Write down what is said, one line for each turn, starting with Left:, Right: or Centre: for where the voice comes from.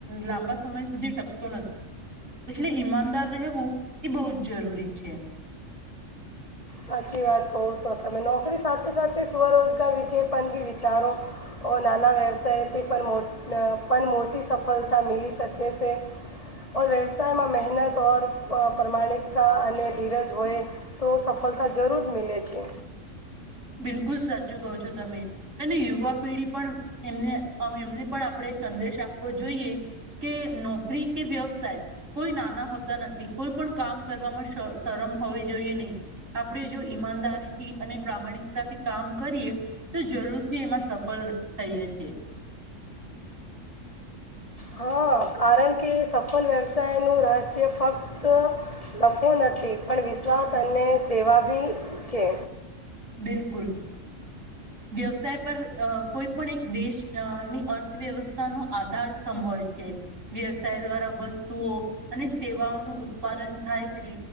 Right: લાંબા સમય સુધી ટકતો નથી એટલે ઈમાનદાર રહેવું એ બહુ જ જરૂરી છે
Left: સાચી વાત કહો છો તમે નોકરી સાથે સાથે સ્વરોજગાર વિશે પણ બી વિચારો નાના વ્યવસાયથી પણ મોટી સફળતા મીલી શકે છે ઓર વ્યવસાયમાં મહેનત ઓર પ્રમાણિકતા અને ધીરજ હોય તો સફળતા જરૂર મીલે છે
Right: બિલકુલ સાચું કહો છો તમે અને યુવા પેઢી પણ એમને એમને પણ આપણે સંદેશ આપવો જોઈએ તે નોકરી કે વ્યવસાય કોઈ નાના હોતા નથી કોઈ પણ કામ કરવામાં શરમ હોવી જોઈએ નહી આપણે જો ઈમાનદારીથી અને પ્રામાણિકતાથી કામ કરીએ તો જરૂરથી એમાં સફળ થઈએ છીએ
Left: હા કારણ કે સફળ વ્યવસાયનું રહસ્ય ફક્ત નફો નથી પણ વિશ્વાસ અને સેવા બી છે
Right: બિલકુલ વ્યવસાય પર કોઈ પણ એક દેશની અર્થવ્યવસ્થાનો આધાર સ્તંભ હોય છે વ્યવસાય દ્વારા વસ્તુઓ અને સેવાઓનું ઉત્પાદન થાય છે